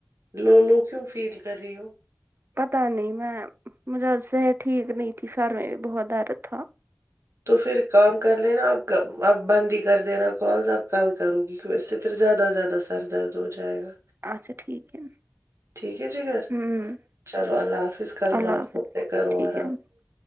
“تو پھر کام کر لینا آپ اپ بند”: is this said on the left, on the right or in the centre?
Right